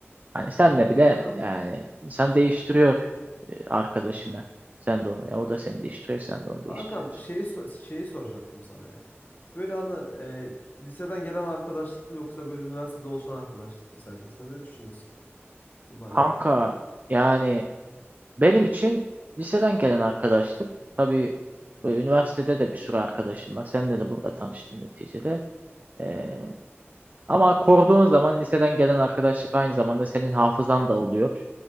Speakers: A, on the right; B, on the left.
A: Hani senle
B: Aynen.
A: bile
B: Kankam.
A: yani insan değiştiriyor e, arkadaşını.
B: hmm,
A: Sen de onu
B: tamam.
A: ya o da seni değiştiriyor sen de onu
B: Kankam
A: değiştiriyorsun.
B: şeyi so- şeyi soracaktım sana ya. Böyle hani e, liseden gelen arkadaşlık mı yoksa böyle üniversitede oluşan arkadaşlık mı sence? Sen ne düşünüyorsun bununla alakalı?
A: Kanka yani benim için liseden gelen arkadaşlık tabii e, üniversitede de bir sürü arkadaşım var. Seninle de burada tanıştım neticede. Ee, ama koruduğun zaman liseden gelen arkadaşlık aynı zamanda senin hafızan da oluyor.